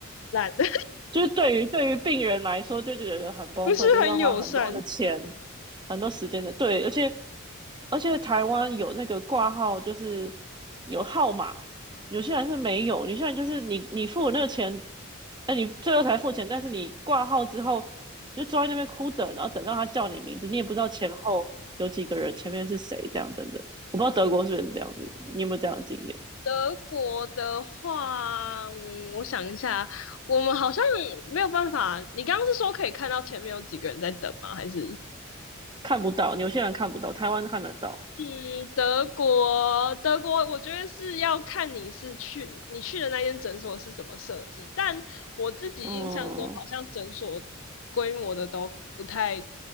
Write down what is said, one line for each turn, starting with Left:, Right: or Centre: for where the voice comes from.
Left: 烂，<laughs>
Right: 就是对于对于病人来说，就觉得很崩溃，
Left: 不是很友善。
Right: 就是要花很多的钱、很多时间的。对，而且而且台湾有那个挂号，就是有号码，有些人是没有。有现在就是你你付了那个钱，哎，你最后才付钱，但是你挂号之后，你就坐在那边哭等，然后等到他叫你名字，你也不知道前后有几个人，前面是谁，这样等等。我不知道德国是不是这样子，你有没有这样的经验？
Left: 德国的话，嗯我想一下，我们好像没有办法。你刚刚是说可以看到前面有几个人在等吗？还是？
Right: 看不到，有些人看不到，台湾看得到。
Left: 嗯，德国，德国，我觉得是要看你是去你去的那间诊所是怎么设计。但我自己印象中，
Right: 嗯
Left: 好像诊所规模的都不太